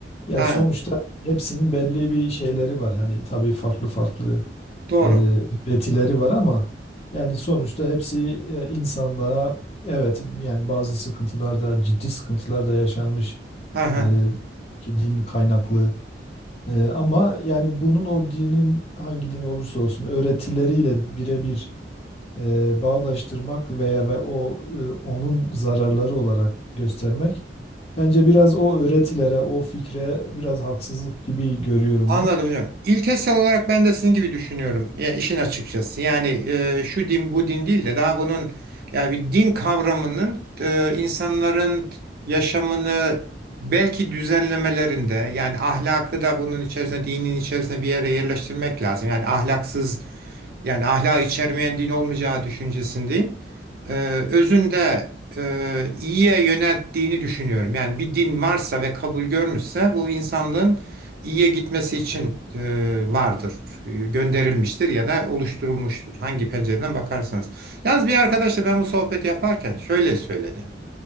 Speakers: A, on the left; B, on the right.
A: yani
B: ha,
A: sonuçta hepsinin belli bir şeyleri var. Hani tabii farklı farklı
B: doğru.
A: e, üretileri var ama yani sonuçta hepsi e, insanlığa evet yani bazı sıkıntılar da ciddi sıkıntılar da yaşanmış
B: Ha, ha.
A: e, ki din kaynaklı. E, ama yani bunun o dinin hangi din olursa olsun öğretileriyle birebir e, bağdaştırmak veya ve o e, onun zararları olarak göstermek bence biraz o öğretilere, o fikre biraz haksızlık gibi görüyorum
B: Anladım
A: ben.
B: hocam. İlkesel olarak ben de sizin gibi düşünüyorum. Ya işin açıkçası. Yani e, şu din bu din değil de daha bunun yani bir din kavramının e, insanların yaşamını belki düzenlemelerinde yani ahlakı da bunun içerisine dinin içerisine bir yere yerleştirmek lazım. Yani ahlaksız yani ahlak içermeyen din olmayacağı düşüncesindeyim. Ee, özünde e, iyiye yönelttiğini düşünüyorum. Yani bir din varsa ve kabul görmüşse bu insanlığın iyiye gitmesi için e, vardır. E, Gönderilmiştir ya da oluşturulmuştur. Hangi pencereden bakarsanız. Yalnız bir arkadaşla ben bu sohbeti yaparken şöyle söyledi.